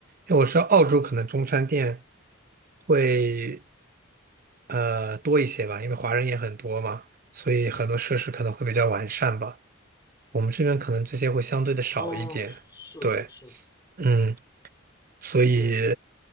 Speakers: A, on the right; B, on the left.
A: 因为我知道澳洲可能中餐店会呃多一些吧，因为华人也很多嘛，所以很多设施可能会比较完善吧。我们这边可能这些会相对的少一点。
B: 哦，是的，
A: 对，
B: 是的，
A: 嗯。所以
B: 对，